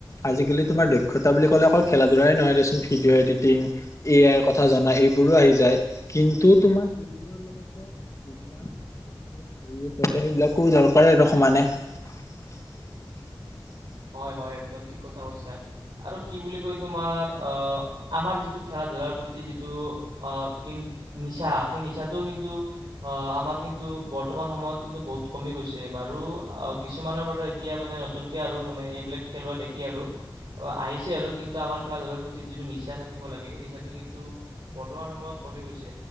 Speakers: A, on the left (about 35°); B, on the right (about 60°).
A: আজিকালি তোমাৰ দক্ষতা বুলি ক'লে অকল খেলা ধূলাই নহয় দেচোন ভিডিঅ' এডিটিং এ আইৰ কথা জনা এইবোৰো আহি যায়। কিন্তু, তোমাৰ এইবোৰৰ লগতে যিবিলাক বস্তু আহি আচতে সেইবিলাকো দৰকাৰে সমানে। <unintelligible>
B: হয়, হয় একদম ঠিক কথা কৈছা আৰু কি বুলি কয় তোমাৰ অ আমাৰ যিটো খেলা-ধূলা তাৰ প্ৰতি যিটো আ ইন নিচা সেই নিচাটোও কিন্তু অহ আমাৰ কিন্তু বৰ্তমান সময়ত কিন্তু বহুত কমি গৈছে বাৰু আ, কিছুমানৰ বাৰু এতিয়া মানে নতুনকে আৰু আৰু মানে এইবিলাক খেলুৱা দেখি আৰু আহিছে আৰু কিন্তু আমাৰ খেলা-ধূলাৰ প্ৰতি যিটো নিচা থাকিব লাগে এই নিচাটো কিন্তু বৰ্তমান সময়ত কমি গৈছে।